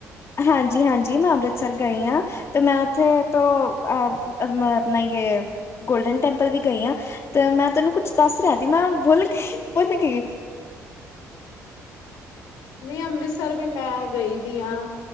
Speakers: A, on the left; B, on the left.
A: ਹਾਂਜੀ-ਹਾਂਜੀ ਮੈਂ ਅੰਮ੍ਰਿਤਸਰ ਗਈ ਆਂ। ਤੇ ਮੈਂ ਓਥੇ ਤੋਂ ਅ ਅਪਨਾ ਨਈ ਗਏ ਐਂ। ਗੋਲਡਨ ਟੈਂਪਲ ਵੀ ਗਈ ਆਂ ਤੇ ਮੈਂ ਤੁੈਨੂੰ ਕੁਛ ਦੱਸ ਰਿਹਾ ਤੀ ਮੈਂ ਭੌਲ ਗੀ। ਭੌਲ ਗੀ।
B: ਨਈ ਅੰਮ੍ਰਿਤਸਰ ਵੀ ਮੈਂ ਗਈ ਦੀ ਆਂ।